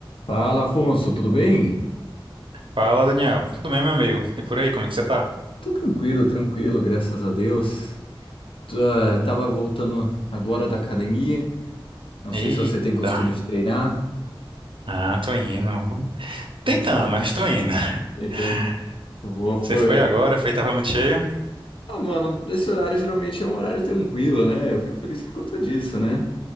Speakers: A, on the left; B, on the right.
A: Fala, Afonso, tudo bem?
B: Fala, Daniel. Tudo bem, meu amigo? E por aí, como é que você tá?
A: Tô tranquilo, tranquilo, graças a Deus. Tô, ah, tava voltando agora da academia. Não
B: Eita.
A: sei se você tem costume de treinar.
B: Ah, tô indo.
A: Hum.
B: Tentando, mas tô indo. <laughs>
A: Tentando. Vou, foi.
B: Você foi agora, foi, tava muito cheio.
A: Ah, mano, esse horário geralmente é um horário tranquilo, né? Eu fico feliz por conta disso, né?